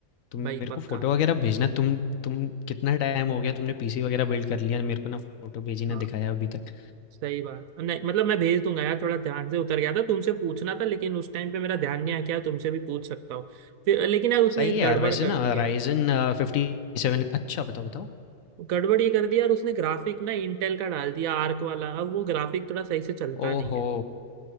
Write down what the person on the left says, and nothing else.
तुम
मेरे
को फोटो वगैरह भेजना तुम तुम कितना टाइम हो गया तुमने पीसी वगैरह बिल्ड कर लिया मेरे को ना फोटो भेजी ना
दिखाया अभी तक
सही
है
यार वैसे
ना
राइजन फिफ्टी सेवन अच्छा बताओ बताओ
ओहो